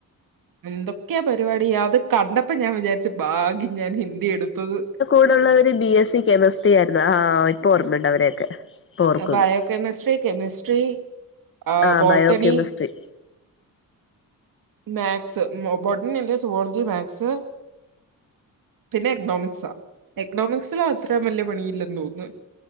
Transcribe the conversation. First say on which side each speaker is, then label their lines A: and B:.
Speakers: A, on the right (about 70°); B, on the left (about 35°).
A: എന്തൊക്കെയാ പരിപാടി! അത് കണ്ടപ്പോ ഞാൻ വിചാരിച്ച് ഭാഗ്യം ഞാൻ ഹിന്ദി എടുത്തത്.
B: വിടെ ഉള്ളവർ ബി എസ് സി കെമിസ്ട്രി ആയിരുന്നു ആഹ് ഇപ്പൊ ഓർമ്മുണ്ട് അവരെയൊക്കെ. ഇപ്പൊ ഓർക്കുന്നു
A: ബയോകെമിസ്ട്രി, കെമിസ്ട്രി, ആ
B: ആഹ്
A: ബോട്ടണി,
B: <inaudible>
A: മാക്സ്, ബോട്ടണി ഉണ്ട്, സുവോളജി, മാക്സ്, പിന്നെ എക്കണോമിക്സാ. എക്കണോമിക്സില് അത്ര വല്യ പണിയില്ലെന്ന് തോന്നുന്നു.